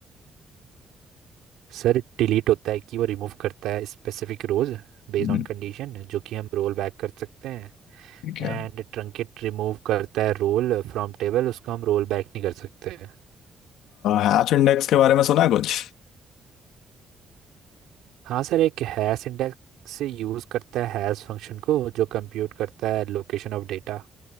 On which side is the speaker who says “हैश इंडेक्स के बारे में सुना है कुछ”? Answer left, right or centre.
Left